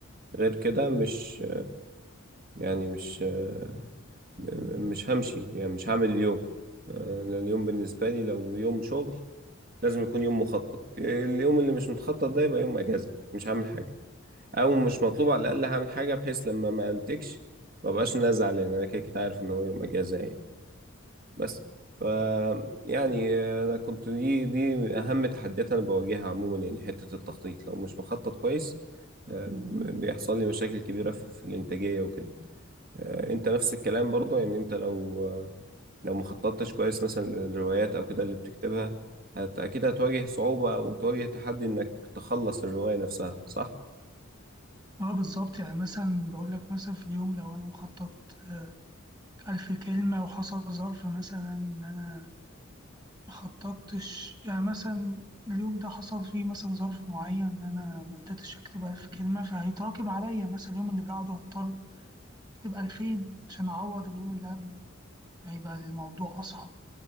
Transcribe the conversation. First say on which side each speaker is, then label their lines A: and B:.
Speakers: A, on the right; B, on the right.
A: غير كده مش يعني مش آه، م- مش همشي يعني مش هعمل اليوم آه، لأن اليوم بالنسبة لي لو يوم شغل لازم يكون يوم مخطط اليوم اللي مش متخطط ده يبقى يوم اجازه مش هعمل حاجه او مش مطلوب على الاقل هعمل حاجه بحيث لما ما انتجش ما بقاش انا زعلان انا كده كده عارف ان هو يوم اجازه يعني بس ف يعني انا كنت دي دي اهم تحديات انا بواجهها عموما يعني حته التخطيط لو مش مخطط كويس آم، بيحصل لي مشاكل كبيره في في الانتاجيه وكده آه، انت نفس الكلام برضه يعني انت لو لو ما خططتش كويس مثلا للروايات او كده اللي بتكتبها هت... اكيد هتواجه صعوبة او تواجه تحدي انك تخلص الرواية نفسها صح؟
B: اه بالظبط يعني مثلا بقول لك مثلا في اليوم لو انا مخطط آه، ألف كلمة وحصل ظرف مثلا ان انا ما خططتش يعني مثلا اليوم ده حصل فيه مثلا ظرف معين ان انا ما قدرتش اكتب ألف كلمة فهيتراكم عليا مثلا اليوم اللي بعده هضطر اكتب 2000 عشان اعوض اليوم اللي قبله هيبقى الموضوع اصعب